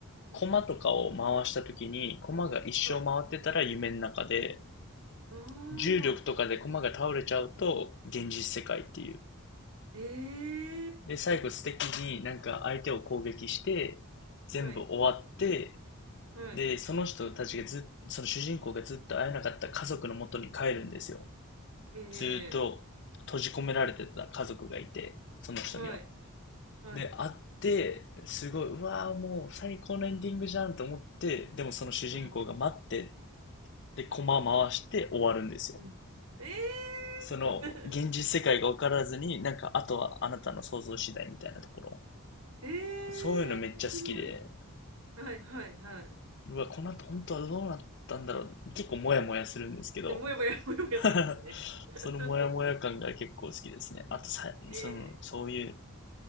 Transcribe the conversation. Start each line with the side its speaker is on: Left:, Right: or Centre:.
Right: うんうん。
Left: コマとかを回したときに、コマが一生回ってたら夢の中で、
Right: はい。あ
Left: 重力とかでコマが倒れちゃうと、
Right: あ。
Left: 現実世界っていう。
Right: ええ
Left: で、最後素敵になんか相手を攻撃して、全部終わって、
Right: はい。はい。
Left: で、その人たちがずっ、その主人公がずっと会えなかった家族の元に帰るんですよ。
Right: ええ
Left: ずっと閉じ込められてた家族がいて、その人には。
Right: はい。はい。
Left: で、会って、すごい、うわーもう最高のエンディングじゃんと思って、でもその主人公が待って、
Right: うん。
Left: で、コマ回して終わるんですよ。
Right: うん。ええ
Left: その、
Right: <laughs>
Left: 現実世界が分からずに、なんか、あとはあなたの想像次第みたいなところ。
Right: ええ面白い。
Left: そういうのめっちゃ好きで、
Right: はい、はい、はい。
Left: うわ、この後本当はどうなったんだろう。結構モヤモヤするんですけど、
Right: で、もやもや、もやもやしますね。
Left: <laughs>
Right: <laughs>
Left: そのモヤモヤ感が結構好きですね。あとさ、
Right: え
Left: その、そういう、